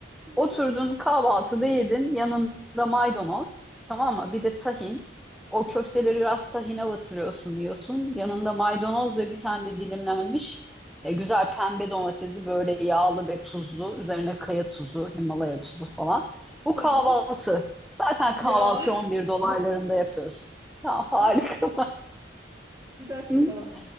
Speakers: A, on the right (about 15°); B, in the centre.
A: Hı,
B: Oturdun kahvaltıda yedin. Yanında maydanoz. Tamam mı? Bir de tahin. O köfteleri biraz tahine batırıyorsun yiyorsun. Yanında maydanoz ve bir tane de dilimlenmiş e, güzel pembe domatesi böyle yağlı ve tuzlu. Üzerine kaya tuzu, Himalaya tuzu falan. Bu
A: tamam.
B: kahvaltı. Zaten kahvaltıyı
A: Ya
B: 11 dolaylarında yapıyorsun. Ya harika.
A: <laughs> ama bir dakika.
B: <laughs>